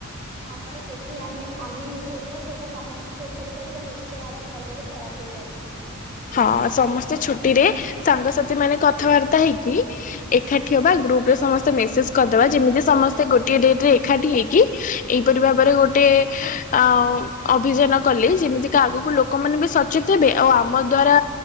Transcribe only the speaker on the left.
ହଁ ସମସ୍ତେ ଛୁଟିରେ ସାଙ୍ଗସାଥି ମାନେ କଥାବାର୍ତ୍ତା ହେଇକି ଏଖାଟି ହବା ଆଉ ଗ୍ରୁପ୍ ରେ ସମସ୍ତେ ମେସେଜ୍ କରଦବା ଯେମିତି ସମସ୍ତେ ଗୋଟଏ ଡେଟ୍ ରେ ଏଖାଟି ହେଇକି ଏହିପରି ଭାବରେ ଗୋଟେ ଆ ଉମ୍ ଅଭିଯାନ କଲେ ସେମିତିକା ଆଗୁକୁ ଲୋ କମାନେ ବି ସଚେତ ହେବେ ଆଉ ଆମ ଦ୍ଵାରା